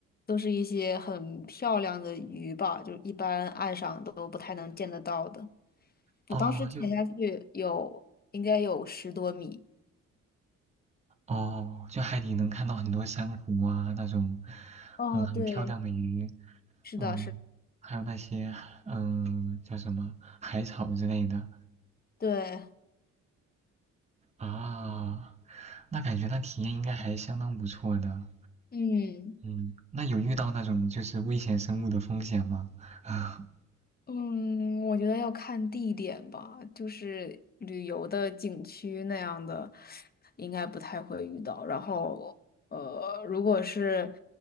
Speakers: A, on the left; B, on the right.
A: 都是一些很漂亮的鱼吧，就一般岸上都不太能见得到的。
B: 哦，
A: 我当时潜下去有，
B: 就
A: 应该有十多米。
B: 哦，就海底能看到很多珊瑚啊，那种，
A: 哦，
B: 嗯，很漂亮的鱼，
A: 对，是的，
B: 嗯，
A: 是的。
B: 还有那些，嗯，叫什么海草之类的
A: 对，
B: 啊，那感觉那体验应该还相当不错的。
A: 嗯
B: 嗯，那有遇到那种就是危险生物的风险吗？<laughs> 啊，
A: 嗯，我觉得要看地点吧，就是旅游的景区那样的，应该不太会遇到。然后，呃，如果是